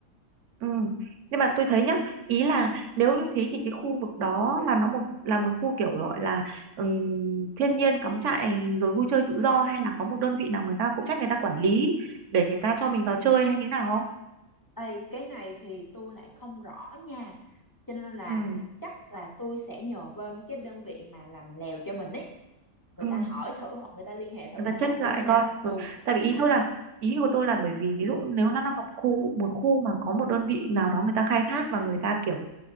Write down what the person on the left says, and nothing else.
Ê, cái này thì tôi lại không rõ nha. Cho nên là
chắc là tôi sẽ nhờ bên cái đơn vị mà làm lèo cho mình ấy. Người
ta hỏi thử hoặc người ta liên hệ thử
hay
là như
thế nào.
Ừ.
Ừ.